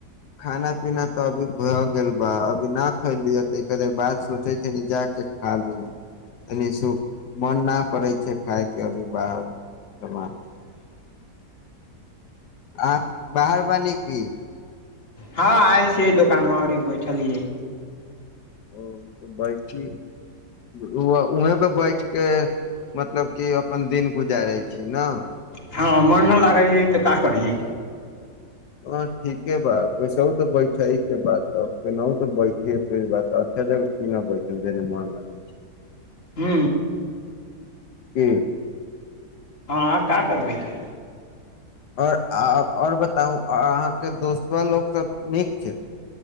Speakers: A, on the left (about 80°); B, on the left (about 35°).
A: खाना पीना तऽ अभी भऽ गेल अभी ना खैलिय तऽ क बात सोचे छै जा के खा लू मन न करे छै खााय के अभी बाह चल आ बाहर बानी की
B: हँ आयल छीय दोकान मे बैठलीइ
A: ओ बैठी उहँपे बैठ क मतलब कि अपन दिन गुजारै छी ने
B: हँ मन नहि लागै है तऽ का करियै
A: ह ठीके बा कैस तऽ बैठे के बात केना तऽ बैठ बात अच्छा जगह की नहि बैठे देने मन लागै छै
B: हू
A: ह्म
B: हँ का करबै तो
A: आओर आओर बताउ अहाँके दोस्तो लोकसभ नीक छै